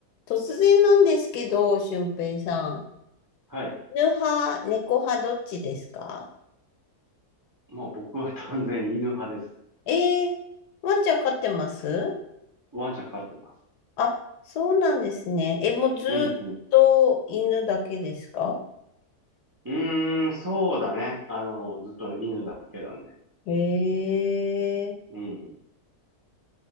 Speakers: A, on the left (about 85°); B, on the right (about 30°).
A: 突然なんですけど、俊平さん。
B: はい。
A: 犬派、猫派、どっちですか
B: もう僕は断然犬派です。
A: えー、ワンちゃん飼ってます
B: ワンちゃん飼ってます。
A: あ、そうなんですね。え、もうずっと犬だけですか
B: うんうん。うーん、そうだね。あの、ずっと犬だけだね。
A: えー、
B: うん。